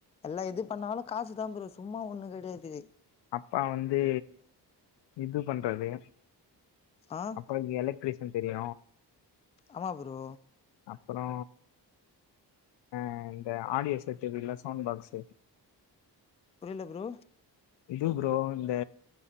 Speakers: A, on the left (about 15°); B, on the left (about 80°).
A: எல்லா எது பண்ணாலு காசுதா ப்ரோ சும்மா ஒண்ணு கெடையாது
B: அப்பா வந்து இது பண்றரு
A: ஆ
B: அப்பாக்கு எலக்ட்ரிஷின் தெரியு
A: ஆமா ப்ரோ
B: அப்றோ அ இந்த ஆடியோ செட் இருக்குல சவுண்ட் பாக்ஸு
A: புரில ப்ரோ
B: இது ப்ரோ இந்த